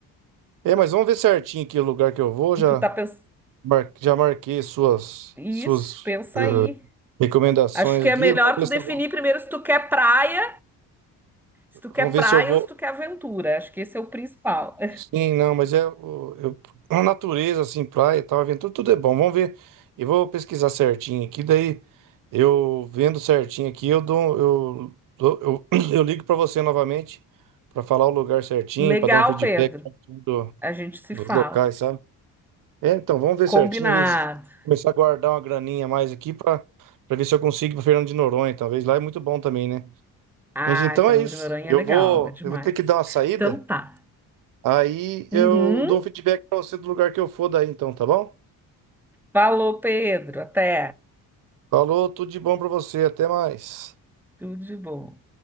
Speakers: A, on the right; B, in the centre.
A: É, mas vamos ver certinho aqui o lugar que eu vou. Já,
B: E tu tá pensando.
A: mar- já marquei suas,
B: Isso,
A: suas
B: pensa
A: eh,
B: aí.
A: recomendações
B: Acho que
A: aqui.
B: é melhor
A: Vamos ver
B: tu definir
A: se eu vou,
B: primeiro se tu quer praia. Se tu quer
A: vamos ver
B: praia
A: se eu vou
B: ou se tu quer aventura. Acho que esse é o principal. <laughs>
A: Sim, não, mas é o- eu, a natureza, assim, praia e tal, aventura, tudo é bom. Vamos ver. Eu vou pesquisar certinho aqui, daí eu vendo certinho aqui, eu dou, eu, dou- eu, <clears throat> eu ligo para você novamente para falar o lugar certinho,
B: Legal,
A: para dar um feedback
B: Pedro.
A: certinho do-
B: A gente se
A: dos
B: fala.
A: locais, sabe? É, então vamos ver
B: Combinado.
A: certinho, ver se- começar a guardar uma graninha a mais aqui para para ver se eu consigo ir para Fernando de Noronha, talvez lá é muito bom também, né?
B: Ai,
A: Mas então
B: Fernando
A: é isso.
B: de Noronha
A: Eu
B: é legal,
A: vou,
B: é demais.
A: eu vou ter que dar uma saída.
B: Então tá.
A: Aí eu
B: Uhum.
A: dou um feedback pra você do lugar que eu for daí, então, tá bom?
B: Falou, Pedro. Até.
A: Falou, tudo de bom pra você, até mais.
B: Tudo de bom.